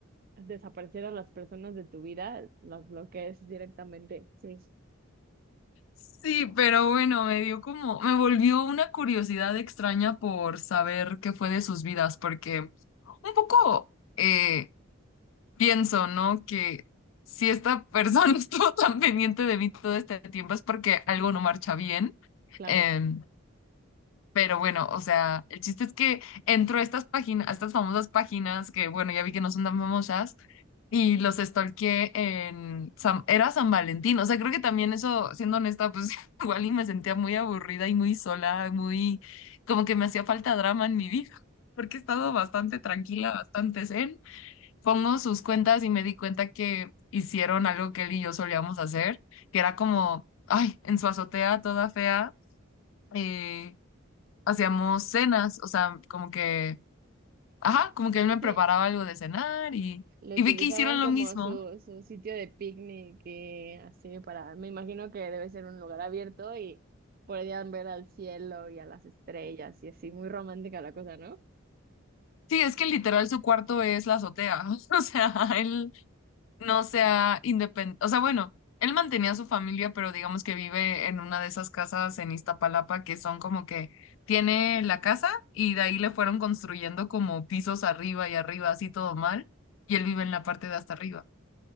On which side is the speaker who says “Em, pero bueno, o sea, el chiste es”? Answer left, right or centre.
Left